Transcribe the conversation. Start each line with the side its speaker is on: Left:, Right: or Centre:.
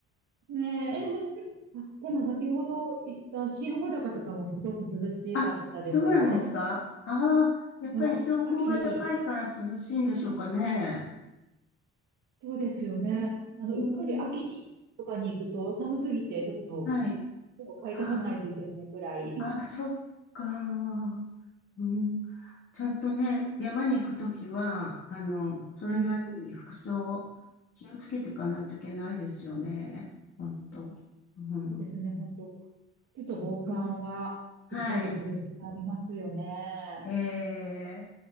Right: ねえ。<laughs> あ、でも先ほど言った新穂高とかはすごく涼しかったですよ。
Left: うんあ、そうなんですかああやっぱり標高が高いから涼しいんでしょうかね。
Right: あの、秋に、そうですよね。
Left: うんうん
Right: あの、うっかり秋にとかに行くと寒すぎてちょっと
Left: はい。
Right: 手を買い足さないといけないくらい。
Left: ああ、そっか。うん、ちゃんとね、山に行くときは、あの、それなりに服装、
Right: ええ
Left: 気をつけていかないといけないですよね。本当。うん、
Right: そうですね、本当靴と防寒はしっかりする必要がありますよね。
Left: うんはい。ええ